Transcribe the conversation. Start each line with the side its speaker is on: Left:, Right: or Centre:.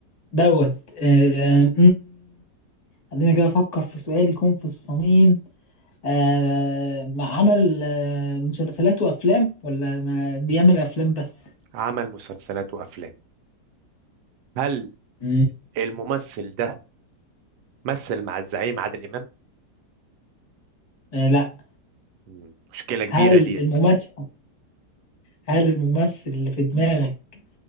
Left: دوت آه، خلينا كده افكر في سؤال يكون في الصميم آه ما عمل آه مسلسلات وافلام ولا ما بيعمل افلام بس
Right: عمل مسلسلات وأفلام هل
Left: مم.
Right: الممثل ده مثل مع الزعيم عادل إمام؟
Left: آه لا
Right: مم، مشكلة كبيرة
Left: هل
Right: ديت
Left: الممثل هل الممثل اللي في دماغك